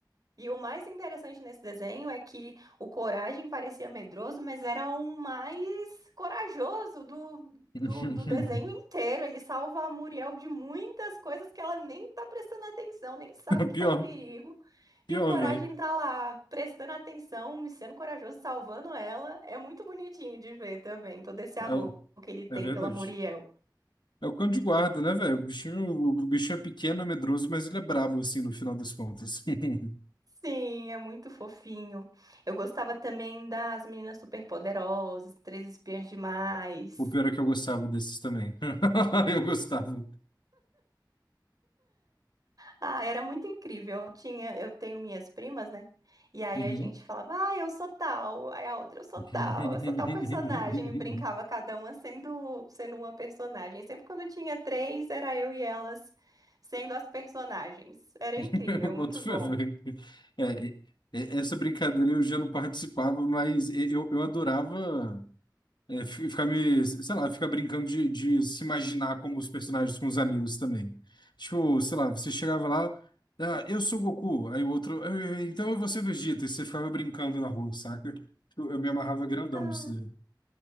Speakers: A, on the right (about 55°); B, on the left (about 75°).
A: E o mais interessante nesse desenho é que o Coragem parecia medroso, mas era o mais corajoso do,
B: <laughs>
A: do, do desenho inteiro. Ele salva a Muriel de muitas coisas que ela nem tá prestando atenção, nem sabe que
B: Pior,
A: tá em perigo.
B: pior,
A: E o Coragem
B: velho.
A: tá lá prestando atenção, sendo corajoso, salvando ela. É muito bonitinho de ver também, todo esse amor
B: É, o-
A: que ele tem
B: é verdade.
A: pela Muriel.
B: É o cão de guarda, né, velho? O bichinho, o bichinho é pequeno, é medroso, mas ele é brabo, assim, no final das contas. <laughs>
A: Sim, é muito fofinho. Eu gostava também das Meninas Superpoderosas, Três Espiãs Demais.
B: O pior é que eu gostava desses também. <laughs> Eu gostava.
A: Ah, era muito incrível. Eu tinha, eu tenho minhas primas, né? E aí
B: Uhum.
A: a gente falava, ah, eu sou tal, aí a outra eu sou
B: <laughs>
A: tal, eu sou tal personagem, e brincava cada uma sendo sendo uma personagem. Sempre quando tinha três, era eu e elas sendo as personagens. Era
B: <laughs>
A: incrível,
B: Eu boto
A: muito
B: fé,
A: bom.
B: velho. É, é, é, essa brincadeira eu já não participava, mas e- eu, eu adorava é, fi- ficar me, sei lá, ficar brincando de, de se imaginar como os personagens com os amigos também. Tipo, sei lá, você chegava lá, ah, eu sou Goku, aí o outro, "Eu- eu- então eu vou ser Vegeta, e você ficava brincando na rua, saca? Eu, eu me amarrava grandão
A: Ah,
B: nisso daí.